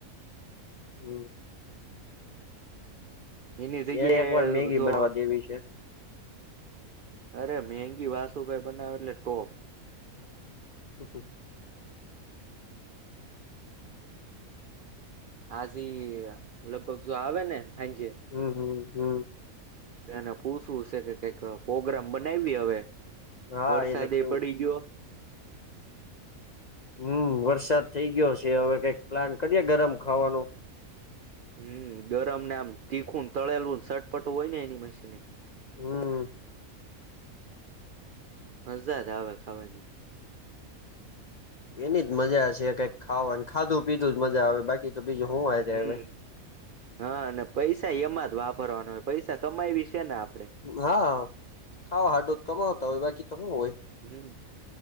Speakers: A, on the left; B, on the right.
A: હમ
B: એની જગ્યા
A: એને એક વાર મેગી
B: જો
A: બનાવા દેવી છે
B: અરે મેગી વાસુભાઈ બનાવે એટલે ટોપ
A: <inaudible>
B: હાજી લગભગ શ આવે ને હાંજે
A: હમ હમ હમ
B: એને પૂછું છે કે કઈક પ્રગ્રામ બનાવીએ હવે.
A: હા
B: વરસાદ
A: એને કેવું
B: એ પડી ગ્યો.
A: હમ્મ વરસાદ થઈ ગ્યો સે હવે કઈક પ્લાન કરીએે ગરમ ખાવાનો.
B: હમ્મ ગરમને આમ તીખું તળેલું શટ પટુ હોય ને એની માસી ને.
A: હમ
B: હજાદ આવે ખાવાની
A: એની જ મજા છે કઈક ખાવાની ખાધું પીધું જ મજા આવે બાકી તો બીજું હું હારે
B: હમ
A: આવે
B: હા અને પૈસા એમાં જ વાપ પરવાનું હોય પૈસા કમાય વિશેને આપડે
A: હા ખાવા હાટું જ કમાવતા હોય બાકી તો હું હોય
B: હમ